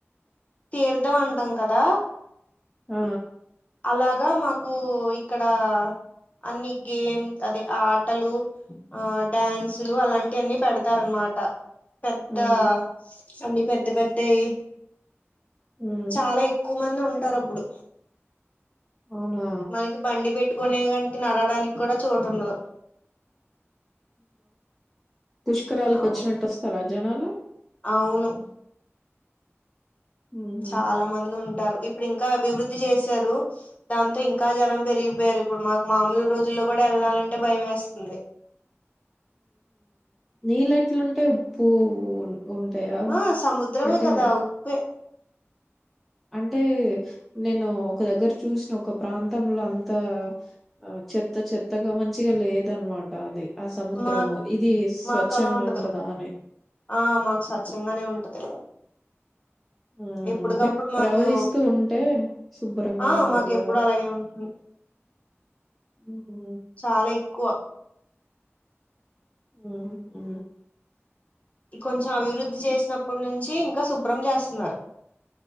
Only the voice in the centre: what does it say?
ఆ
ఉమ్
ఉమ్
అవునా
పుష్కరాలకు
వచ్చినట్టు వస్తారా జనాలు
ఉహు
నీళ్ళెట్లుంటయి ఉప్పు ఉంటాయా
అంటే
అంటే నేను ఒక దగ్గర చూసిన ఒక ప్రాంతంలో అంత ఆ చెత్త చెత్తగా మంచిగా లేదనమాట అది ఆ సముద్రము
ఇది స్వచ్ఛంగా
ఉంటదా అని
మ్మ్
అంటే
ప్రవహిస్తూ ఉంటే శుభ్రంగా
ఉంటది
కదా
ఉ హు
ఉమ్ హు